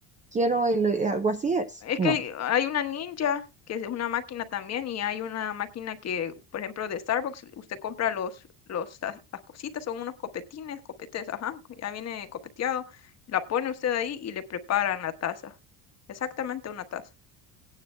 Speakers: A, on the right; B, on the left.
A: quiero el, eh, algo así es.
B: Es
A: No,
B: que hay, hay una ninja, que es una máquina también, y hay una máquina que, por ejemplo, de Starbucks, usted compra los, los, las, las cositas, son unos copetines, copetes, ajá, ya viene copeteado, la pone usted ahí y le preparan la taza. Exactamente una taza.